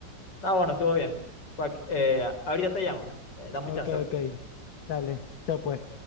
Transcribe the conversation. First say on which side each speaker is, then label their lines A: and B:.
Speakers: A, on the left; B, on the left.
A: No, bueno, estuvo bien. Cuac- eh, ahorita te llamo. Eh, dame
B: Ok,
A: un chance. ok.
B: ok. Dale, chao pues.